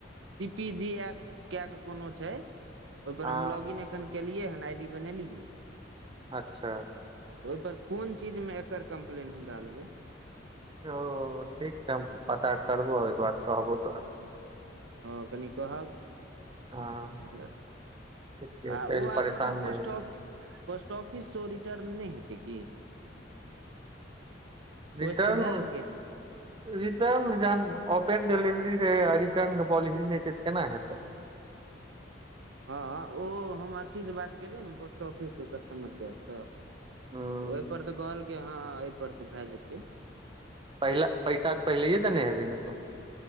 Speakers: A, on the right (about 75°); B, on the right (about 25°).
A: डी पी जी एप क के कोनो छै ओहिपर
B: हँ
A: हम लॉगइन एखन केलियै हन आई डी बनेलियै
B: अच्छा।
A: त ओहिपर कोन चीज मे एकर कम्प्लेन हम डालबै
B: ओ ठीक छै हम पता करबो ओ बाद कहबो तोरा
A: ह कनि कहब
B: हँ
A: ओ
B: ठीके
A: आ
B: छै
A: ओ
B: परेशान
A: आब मतलब
B: नहि
A: पोस्ट
B: हेबै।
A: ऑ पोस्ट ऑफिससँ ओ रिटर्न नहि हेते की
B: रिटर्न।
A: ओहिसँ तऽ भए सकै
B: रिटर्न जहन ओपेन डिलिवरी रहै रिटर्न के पॉलिसी नहि छै तऽ केना हेते
A: ह ओ हम अथी से बात केलियै ने पोस्ट ऑफिसके कस्टमर केयर से
B: हूँ
A: ओहिपर तऽ कहलक ह एहिपर तऽ भए जेतै
B: पहिला पैसा तऽ पहिले देने हेबै ने तू